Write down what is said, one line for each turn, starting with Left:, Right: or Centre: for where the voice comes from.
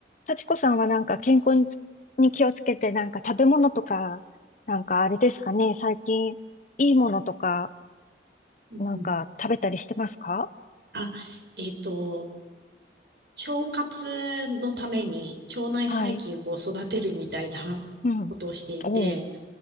Left: 幸子さんはなんか健康につ、に気をつけて、なんか食べ物とか、なんかあれですかね、最近いいものとか、
Right: うんうん
Left: なんか食べたりしてますか
Right: あ、えっと、腸活のために腸内細菌をこう育てるみたいなことをしていて、
Left: はい。うん。おう。